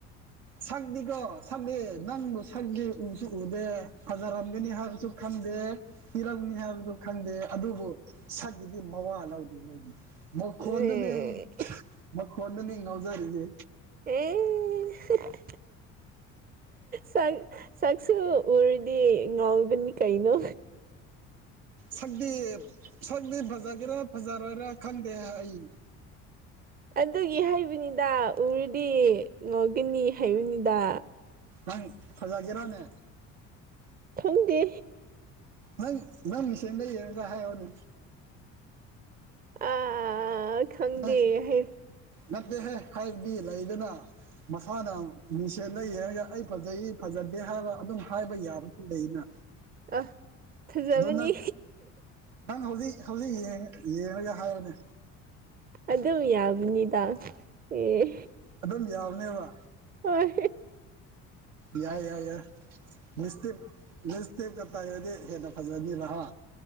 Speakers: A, on the right (about 80°); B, on the right (about 25°).
A: ꯁꯛꯗꯤꯀꯣ ꯁꯛꯗꯦ ꯅꯪꯒꯤ ꯁꯛꯗꯦ ꯎꯁꯨ ꯎꯗꯦ ꯐꯖꯥꯔꯝꯒꯅꯤ ꯍꯥꯏꯕ ꯑꯃꯁꯨ ꯈꯟꯗꯦ ꯊꯤꯔꯝꯅꯤ ꯍꯥꯏꯕꯁꯨ ꯈꯪꯗꯦ ꯑꯗꯨꯕꯨ ꯁꯛꯒꯤꯗꯤ ꯃꯋꯥ ꯂꯧꯗꯦ ꯑꯩꯗꯤ ꯃꯈꯣꯟꯗꯨꯅꯦ
B: ꯑꯦ
A: ꯑꯩ ꯃꯈꯣꯟꯗꯨꯅꯤ ꯑꯩꯅ ꯉꯥꯎꯖꯔꯤꯁꯦ
B: ꯑꯦ ꯁꯥꯛ ꯁꯥꯛꯁꯨ ꯎꯔꯗꯤ ꯉꯥꯎꯒꯅꯤ ꯀꯩꯅꯣ
A: ꯁꯛꯇꯤ ꯁꯛꯇꯤ ꯐꯖꯒꯦꯔꯥ ꯐꯖꯔꯣꯏꯔꯥ ꯈꯪꯗꯦ ꯑꯩ
B: ꯑꯗꯨꯒꯤ ꯍꯩꯕꯅꯤꯗ ꯎꯔꯨꯗꯤ ꯉꯥꯎꯒꯅꯤ ꯍꯩꯕꯅꯤꯗ
A: ꯅꯪ ꯐꯖꯥꯀꯦꯔꯅꯦ
B: ꯈꯪꯗꯦ
A: ꯅꯪ ꯅꯪ ꯃꯤꯁꯦꯟꯗ ꯌꯦꯡꯒ ꯍꯥꯏꯌꯣꯅꯦ
B: ꯑꯥ ꯈꯪꯗꯦ
A: ꯅꯪ
B: ꯍꯥꯏ
A: ꯅꯠꯇꯦꯍꯦ ꯍꯥꯏꯕꯗꯤ ꯂꯩꯗꯅ ꯃꯁꯥꯅ ꯃꯤꯡꯁꯦꯟ ꯌꯦꯡꯉꯒ ꯑꯩ ꯐꯖꯩ ꯐꯖꯗꯦ ꯍꯥꯏꯔꯒ ꯑꯗꯨꯝ ꯍꯥꯏꯕ ꯌꯥꯕꯁꯨ ꯂꯩꯅ
B: ꯑ ꯐꯖꯕꯅꯤ
A: ꯑꯗꯣ ꯅꯪ ꯅꯪ ꯍꯧꯖꯤꯛ ꯍꯧꯖꯤꯛ ꯌꯦꯡꯔꯒ ꯍꯥꯏꯔꯣꯅꯦ
B: ꯑꯗꯨꯝ ꯌꯥꯕꯅꯤꯗ ꯑꯦ
A: ꯑꯗꯨꯝ ꯌꯥꯕꯅꯦꯕ
B: ꯍꯣꯏ
A: ꯌꯥꯏ ꯌꯥꯏ ꯌꯥꯏ ꯂꯤꯁꯇꯤꯞ ꯂꯤꯁ <unintelligible> ꯇꯩꯔꯗꯤ ꯍꯦꯟꯅ ꯐꯖꯅꯤꯕ ꯍꯥ